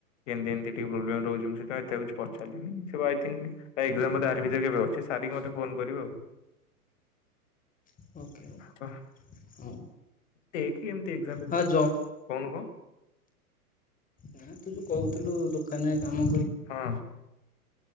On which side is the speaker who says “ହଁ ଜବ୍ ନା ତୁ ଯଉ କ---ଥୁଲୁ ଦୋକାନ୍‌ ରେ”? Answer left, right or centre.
Left